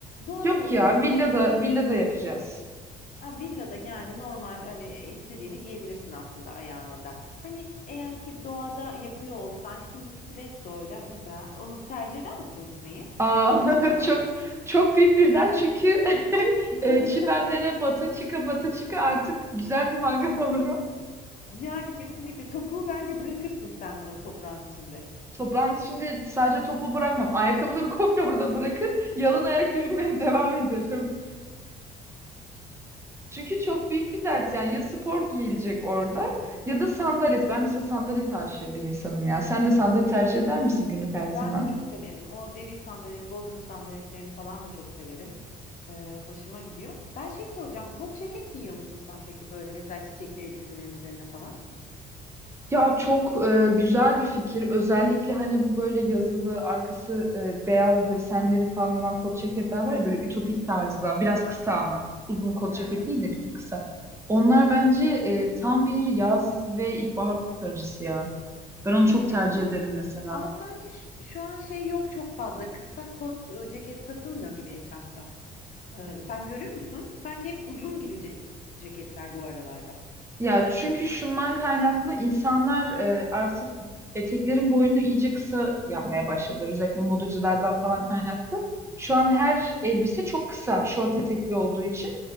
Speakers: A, on the left (about 50°); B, on the right (about 15°).
A: Doğada
B: Yok
A: olduğunu
B: ya
A: varsayalım.
B: villada villada yapacağız.
A: Ha, villada yani normal hani istediğini giyebilirsin aslında ayağına da. Hani eğer ki doğada yapıyor olsan şimdi stilettoyla mesela onu tercih eder misin gitmeyi?
B: Aa,
A: Açık alanda.
B: <laughs> çok çok büyük bir dert çünkü <laughs> e,
A: <laughs>
B: çimenlere bata çıka bata çıka artık güzel bir mangal <laughs> olurum.
A: Yani kesinlikle topuğu bence bırakırsın sen e, toprağın içinde.
B: Toprağın içinde sadece topu bırakmam. Ayakkabıları komple orada bırakır. Yalın ayak yürümeye <laughs> devam ederim. Çünkü çok büyük bir dert yani ya spor giyilecek orada ya da sandalet. Ben mesela sandalet aşığı bir insanım ya. Sen de sandalet tercih eder misin günlük hayatında?
A: Ben de çok severim. O deri sandalet, bodrum sandaletlerini falan da çok severim. Ee, hoşuma gidiyor. Ben şey soracağım. Kot ceket giyiyor musun sen peki böyle mesela çiçekli elbiselerin üzerine falan?
B: Ya çok e, güzel bir fikir. Özellikle hani bu böyle yazılı arkası e, beyaz desenleri falan olan kot ceketler var ya böyle ütopik tarzda
A: Ha,
B: biraz kısa ama uzun kot
A: ha,
B: ceket
A: ha.
B: değil de bir tık kısa. Onlar bence e, tam bir yaz ve ilkbahar kurtarıcısı ya. Ben onu çok
A: Evet
B: tercih
A: ama
B: ederim mesela.
A: ama sanki ş- şu an şey yok çok fazla. Kısa kot e, ceket satılmıyor gibi etrafta. Ee, sen görüyor musun? Sanki hep uzun gibi ce- ceketler bu aralarda.
B: Ya çünkü şundan kaynaklı insanlar e, artık eteklerin boyunu iyice kısa yapmaya başladılar. Özellikle modacılardan falan kaynaklı. Şu an her elbise çok kısa, şort etekli olduğu için.